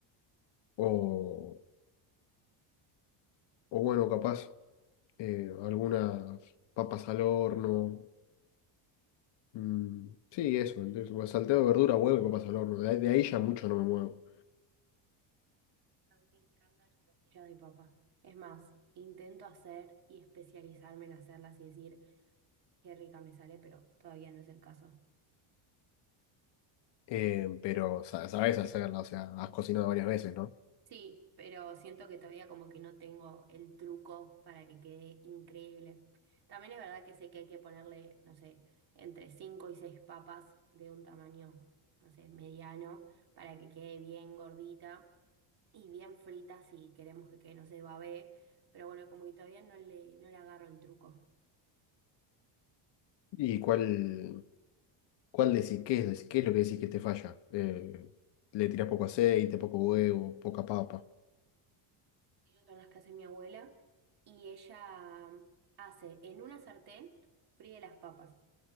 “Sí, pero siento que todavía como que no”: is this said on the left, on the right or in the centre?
Right